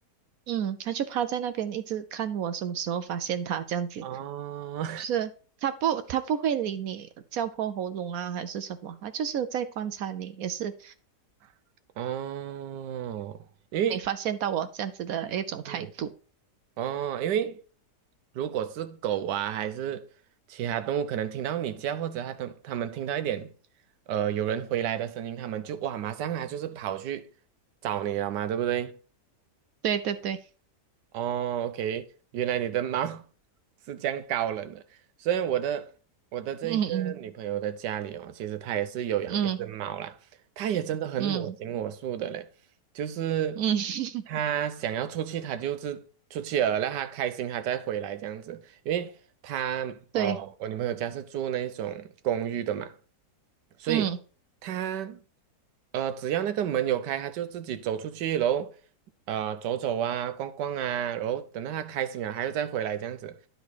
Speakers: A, on the right; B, on the right.
A: 嗯，他就趴在那边一直看我什么时候发现他这样子，
B: 哦
A: 就是他不他不会理你叫破喉咙啊还是什么，他就是在观察你，也是
B: <laughs> 哦，因为
A: 没发现到我这样子的一种态度。
B: 嗯哦，因为如果是狗啊，还是其他动物，可能听到你叫，或者它们它们听到一点，呃，有人回来的声音，它们就哇，马上啊，就是跑去找你了嘛，对不对？
A: 对对对，
B: 哦，OK，原来你的猫 <laughs> 是这样高冷的，所以我的我的这个女朋友的家里哦，
A: 嗯嗯
B: 其实她也是有养一只猫啦，
A: 嗯
B: 她也真的很我行我素的嘞，
A: 嗯
B: 就是
A: 嗯，<laughs>
B: 她想要出去，她就是出去了，让她开心，她再回来这样子，因为她哦，
A: 对，
B: 我女朋友家是住那种公寓的嘛，所以她
A: 嗯
B: 呃只要那个门有开，她就自己走出去喽。然后呃走走啊、逛逛啊，然后等到他开心了，他又再回来这样子。